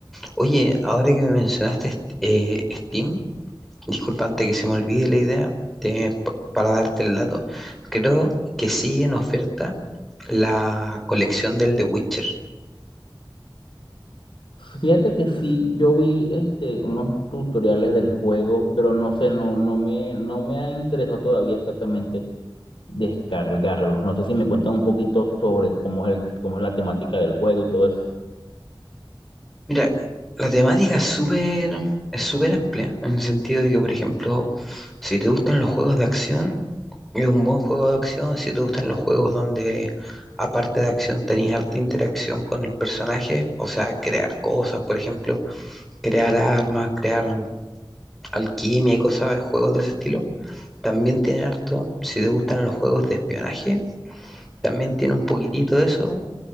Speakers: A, in the centre; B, on the left.
A: Oye, ahora que me mencionaste est- eh, Steam, disculpa antes que se me olvide la idea, te- p- para darte el dato, creo que sigue en oferta la colección del The Witcher.
B: Fíjate que sí, yo vi este, unos tutoriales del juego, pero no sé, no, no me, no me ha interesado todavía exactamente. Descargarlos. No sé si me cuentan un poquito sobre cómo es el, cómo es la temática del juego y todo eso.
A: Mira, la temática es súper es súper amplia, en el sentido de que, por ejemplo, si te gustan los juegos de acción, es un buen juego de acción. Si te gustan los juegos donde, aparte de acción, tenés harta interacción con el personaje, o sea, crear cosas, por ejemplo, crear armas, crear alquimia y cosas, juegos de ese estilo, también tiene harto. Si te gustan los juegos de espionaje, también tiene un poquitito de eso.